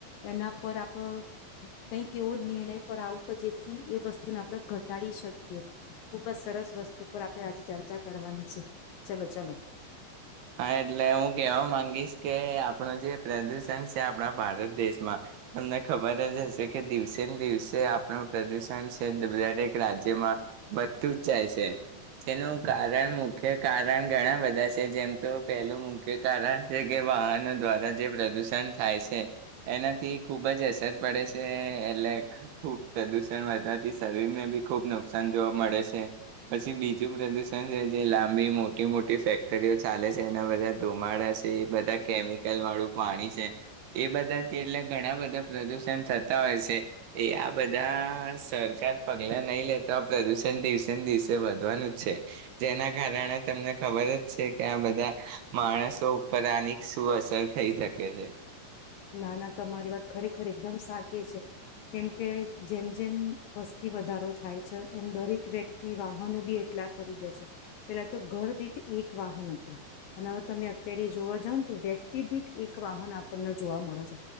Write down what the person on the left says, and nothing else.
એના પર આપડ કઈક એવો નિર્ણય પર આવું કે જેથી એ વસ્તુને આપડણે ઘટાડી શકીએ ખુબજ સરસ વસ્તુ પર આપણે આજે ચર્ચા કરવાની છે ચલો ચલો.
ના ના તમારી વાત ખરેખર એકદમ સાચી છે કેમ કે જેમ જેમ વસ્તી વધારો થાય છે એમ દરેક વ્યક્તિ વાહનો બી એટલા ખરીદે છે પેલા તો ઘર દીઠ એક વાહન હતું અને હવે તમે અત્યારે જોવા જાવ ને તો વ્યક્તિ દીઠ એક વાહન આપણને જોવા મળ છે